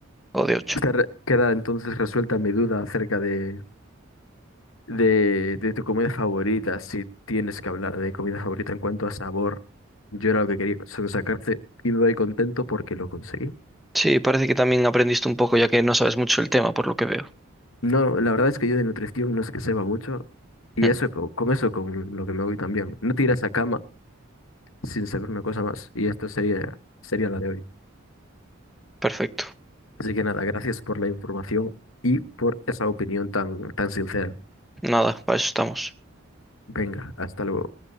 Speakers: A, in the centre; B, on the left.
A: o de ocho
B: esta re- queda entonces resuelta mi duda acerca de De, de tu comida favorita, si tienes que hablar de comida favorita en cuanto a sabor, yo era lo que quería sa- sacarte y me voy contento porque lo conseguí.
A: Sí, parece que también aprendiste un poco ya que no sabes mucho el tema, por lo que veo.
B: No, la verdad es que yo de nutrición no sé que sepa mucho y
A: Mm,
B: eso co- con, eso con lo que me voy también. No te irás a cama sin saber una cosa más y esto sería, sería la de hoy.
A: Perfecto.
B: Así que nada, gracias por la información y por esa opinión tan, tan sincera.
A: Nada, para eso estamos.
B: Venga, hasta luego.